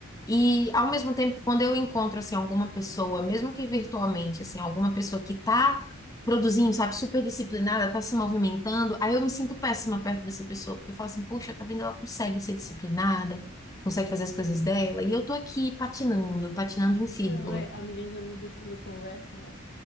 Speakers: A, on the left; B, on the left.
A: E ao mesmo tempo, quando eu encontro assim alguma pessoa, mesmo que virtualmente, assim, alguma pessoa que tá produzindo, sabe, super disciplinada, tá se movimentando, aí eu me sinto péssima perto dessa pessoa, porque eu falo assim, poxa, tá vendo, ela consegue ser disciplinada, consegue fazer as coisas dela, e eu tô aqui patinando, patinando em círculo.
B: Não, é, as minhas amigas, quando eu converso, né?